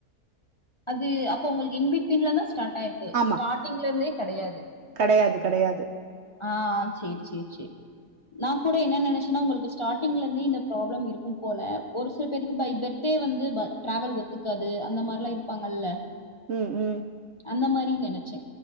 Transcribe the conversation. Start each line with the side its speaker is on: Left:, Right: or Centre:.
Left: அது அப்ப உங்களுக்கு இன்பிட்வீன்ல தா ஸ்டார்ட்டாருக்கு
Right: ஆமா.
Left: ஸ்டாட்டிங்ல இருந்தே கெடையாது
Right: கிடையாது, கிடையாது.
Left: ஆ சேர் சேர் சேர் நா கூட என்ன நெனைச்சுன்னா உங்களுக்கு ஸ்டார்டிங்ல இருந்தே இந்த ப்ராப்ளம் இருக்கும் போல ஒரு சில பேருக்கு பை பெர்தே வந்து ப டிராவல் ஒத்துக்காது அந்த மாரிலா இரு பாங்கல்ல
Right: ம் ம்
Left: அந்த மாரி நெனச்சே